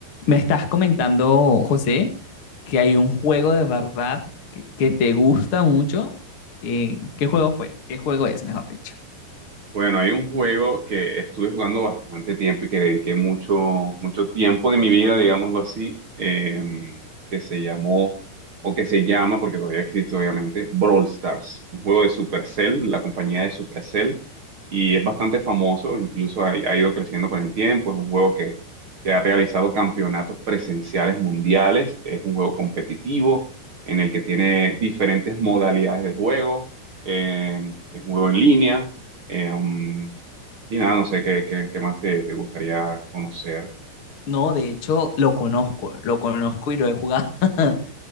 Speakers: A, on the left; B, on the right.
A: Me estás comentando, José, que hay un juego de verdad que, que te gusta mucho. Eh, ¿qué juego fue? ¿Qué juego es, mejor dicho?
B: Bueno, hay un juego que estuve jugando bastante tiempo y que dediqué mucho, mucho tiempo de mi vida, digámoslo así, em, que se llamó, o que se llama, porque todavía existe obviamente, Brawl Stars, un juego de Supercell, la compañía de Supercell, y es bastante famoso, incluso ha, ha ido creciendo con el tiempo, es un juego que, que ha realizado campeonatos presenciales mundiales, es un juego competitivo en el que tiene diferentes modalidades de juego, em, es un juego en línea eh, um, y nada, no sé qué, qué, qué más te, te gustaría conocer.
A: No, de hecho, lo conozco, lo conozco y lo he jugado. <laughs>